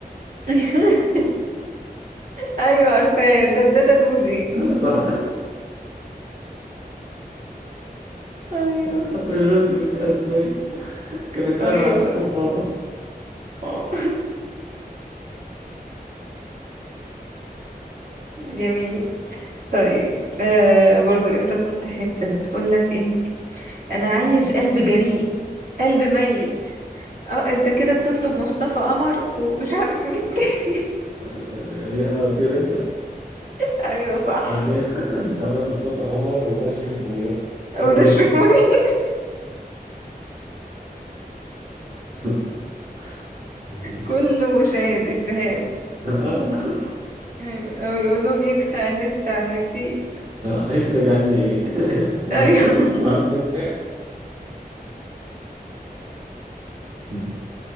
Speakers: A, on the right; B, on the right.
A: <laughs> أيوة عارفة ددادة دودي
B: <laughs> صح
A: أيوة
B: بيقولوا انت جبتها ازاي كلمتها
A: أيوة
B: من على تليفون بابا
A: <laughs> آه. جميل طيب آه برضو إيه افتكرت حتة بتقولك ايه انا عايز قلب جريء قلب ميت اه انت كده بتطلب مصطفى قمر ومش عارف ايه التاني
B: يعني ايه آه، طير انت
A: <laughs> ايوه صح
B: آه، ايه <laughs> ده ده مصطفى قمر وده شريف منير تحب
A: وده
B: مين
A: شرفوني
B: فيهم
A: <laughs>
B: <laughs> ماشي
A: كله مشاهد افيهات
B: آه. <laughs>
A: ايوه او يقول لهم يقطع النت عن التيت
B: آه، هيفرج عني ايه <laughs> مهند
A: ايوه <laughs>
B: مهند تاني <laughs>